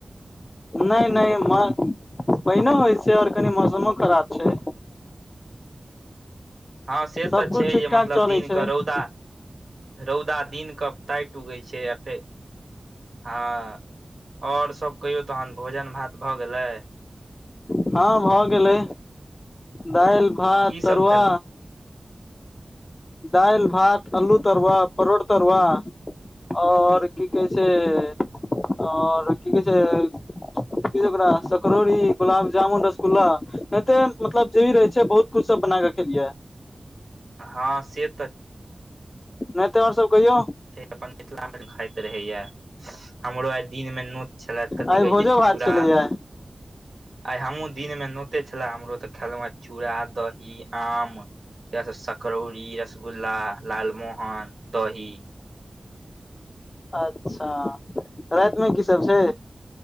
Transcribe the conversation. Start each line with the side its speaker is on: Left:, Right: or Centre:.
Left: नहि, नहि पानओ होइत छै, आओर कनि मौसमो खराब छै।
Right: हँ, से
Left: सबकुछ
Right: तऽ छै,
Left: ठीक
Right: जे
Left: ठाक
Right: मतलब
Left: चलै
Right: दिनके
Left: छै आ
Right: रौदा। रोदा दिन कऽ टाइट होइ छै या फेर? हँ, आओर सभ कहियौ तहन भोजन भात भऽ गेलै?
Left: हँ, भऽ गेलै दालि भात
Right: की
Left: तरुआ।
Right: सब खेल
Left: दालि भात आलू तरुआ परोठ तरुआ। आओर की कहै छै, आओर की कहै छै। ओकरा सकरौरी गुलाब जामुन रसगुल्ला एते मतलब जे भी रहै छै बहुत। खुद सँ बना खेकिये
Right: हँ से तऽ।
Left: नहि तऽ आओर सभ कहियौ?
Right: अपन मिथिलामे खाइत रहैया हमरो। दिनमे नोत छलथि कथि
Left: आइ भोजो
Right: कहै छै
Left: भात
Right: चूरा।
Left: छलैया
Right: आइ हमहूँ दिनमे नोते छले हमरो तऽ खेलहुँ चूड़ा दही आम य सकरौरी रसगुल्ला लालमोहन दही।
Left: अच्छा। रातिमे की सभ छै।